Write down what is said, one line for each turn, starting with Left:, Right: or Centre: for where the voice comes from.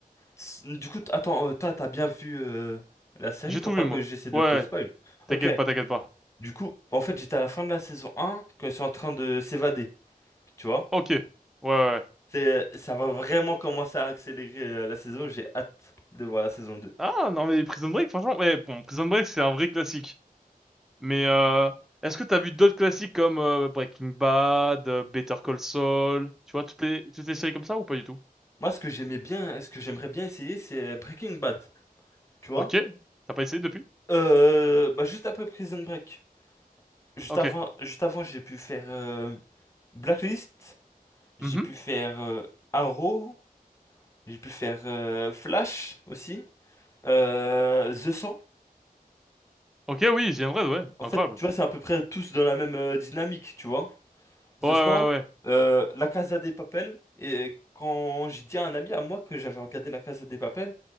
Left: S- Du coup, t- attends, euh, toi, t'as bien vu euh, la série
Centre: J'ai
Left: pour
Centre: tout
Left: pas
Centre: vu,
Left: que
Centre: moi.
Left: j'essaie de
Centre: Ouais,
Left: te spoil.
Centre: t'inquiète
Left: Ok,
Centre: pas, t'inquiète pas.
Left: du coup, en fait, j'étais à la fin de la saison 1 quand ils sont en train de s'évader, tu vois?
Centre: Ok. Ouais, ouais. ouais.
Left: C'est, ça va vraiment commencer à accélérer euh, la saison, j'ai hâte de voir la saison 2.
Centre: Ah, non, mais Prison Break, franchement, mais bon, Prison Break, c'est un vrai classique. Mais, euh, est-ce que t'as vu d'autres classiques comme euh, Breaking Bad, euh, Better Call Saul, tu vois, toutes les, toutes les séries comme ça ou pas du tout?
Left: Moi, ce que j'aimais bien, ce que j'aimerais bien essayer, c'est Breaking Bad, tu vois?
Centre: Ok. T'as pas essayé depuis?
Left: Euh, bah, juste après Prison Break. Juste
Centre: Ok.
Left: avant, juste avant, j'ai pu faire euh, Blacklist, j'ai
Centre: Mhm.
Left: pu faire euh, Arrow, j'ai pu faire euh, Flash aussi, euh, The 100.
Centre: Ok, oui, The Red, ouais,
Left: En
Centre: incroyable.
Left: fait, tu vois, c'est à peu près tous dans la même euh, dynamique, tu vois? Je
Centre: Ouais, ouais,
Left: sens
Centre: ouais.
Left: euh, La Casa des Papel. Et quand j'ai dit à un ami à moi que j'avais regardé La Casa des Papel,